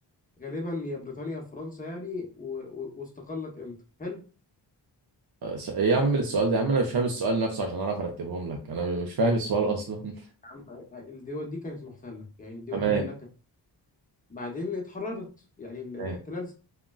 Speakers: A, on the left (about 20°); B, on the right (about 60°).
A: غالبا يا بريطانيا يا فرنسا يعني و... و... واستقلت امتى حلو
B: أه، س- ايه يا عم السؤال ده يا عم انا مش فاهم السؤال نفسه عشان اعرف ارتبهم لك انا مش فاهم السؤال اصلا <laughs>
A: عم آه، آه، الدول دي كانت محتلة يعني الدول
B: تمام
A: دي كلها كانت بعدين اتحررت يعني ال- الاحتلال
B: تمام
A: س-